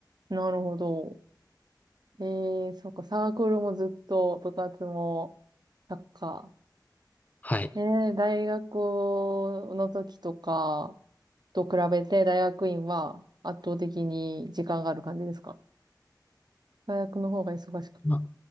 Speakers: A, on the right; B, on the left.
A: なるほど。ええそっか、サークルもずっと、部活も、サッカー。
B: はい。
A: ええ大学の時とかと比べて、大学院は圧倒的に時間がある感じですか大学の方が忙しく。
B: まあ、